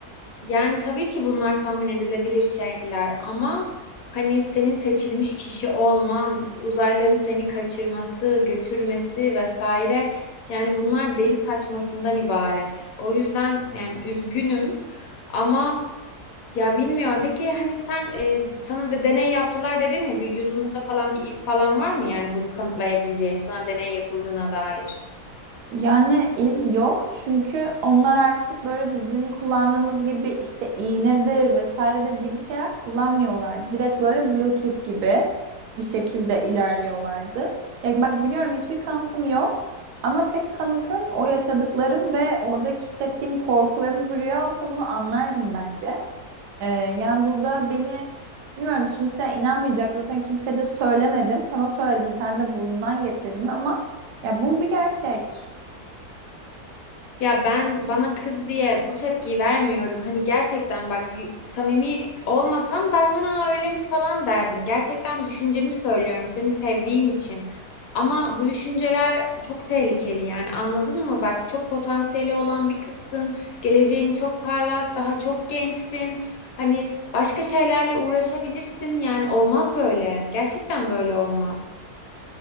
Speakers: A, on the left; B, on the right.
A: Yani tabii ki bunlar tahmin edilebilir şeyler ama hani senin seçilmiş kişi olman, uzaylıların seni kaçırması, götürmesi vesaire yani bunlar deli saçmasından ibaret. O yüzden yani üzgünüm ama ya bilmiyorum. Peki hani sen e, sana da deney yaptılar dedin ya vücudunda falan bir iz falan var mı yani bunu kanıtlayabileceğin sana deney yapıldığına dair?
B: Yani iz yok çünkü onlar artık böyle bizim kullandığımız gibi işte iğnedir vesairedir gibi şeyler kullanmıyorlardı. Direkt böyle Bluetooth gibi bir şekilde ilerliyorlardı. Ya bak biliyorum hiçbir kanıtım yok ama tek kanıtım o yaşadıklarım ve oradaki hissettiğim korku ve bu bir rüya olsa bunu anlardım bence. Ee, yani burada beni bilmiyorum kimse inanmayacak zaten kimse de söylemedim. Sana söyledim sen de burnundan getirdin ama ya bu bir gerçek.
A: Ya ben bana kız diye bu tepkiyi vermiyorum. Hani gerçekten bak y- samimi olmasam zaten ha öyle mi falan derdim. Gerçekten düşüncemi söylüyorum seni sevdiğim için. Ama bu düşünceler çok tehlikeli yani anladın mı? Bak çok potansiyeli olan bir kızsın. Geleceğin çok parlak, daha çok gençsin. Hani başka şeylerle uğraşabilirsin yani olmaz böyle. Gerçekten böyle olmaz.